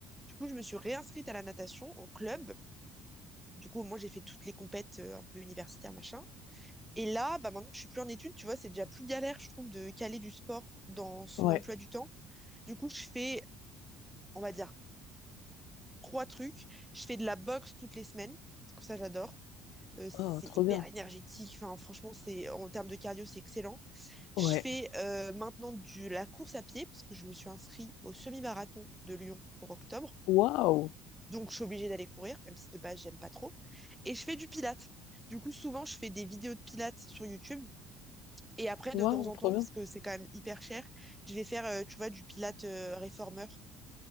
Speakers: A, in the centre; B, on the left.
A: Du coup, je me suis réinscrite à la natation, en club. Du coup, moi, j'ai fait toutes les compètes euh, un peu universitaires, machin. Et là, bah, maintenant que je suis plus en études, tu vois, c'est déjà plus galère, je trouve, de caler du sport dans son
B: Ouais.
A: emploi du temps. Du coup, je fais, on va dire, trois trucs. Je fais de la boxe toutes les semaines, parce que ça, j'adore. euh, c'est
B: Oh, trop
A: hyper
B: bien.
A: énergétique. Enfin, franchement, c'est en termes de cardio, c'est excellent. Je
B: Ouais.
A: fais euh, maintenant du la course à pied parce que je me suis inscrite au semi-marathon de Lyon pour octobre.
B: Waouh.
A: Donc, je suis obligée d'aller courir, même si de base, j'aime pas trop. Et je fais du pilates. Du coup, souvent, je fais des vidéos de pilates sur YouTube. Et après,
B: Waouh,
A: de temps en
B: trop
A: temps,
B: bien.
A: parce que c'est quand même hyper cher, je vais faire, euh, tu vois, du pilates euh, réformeur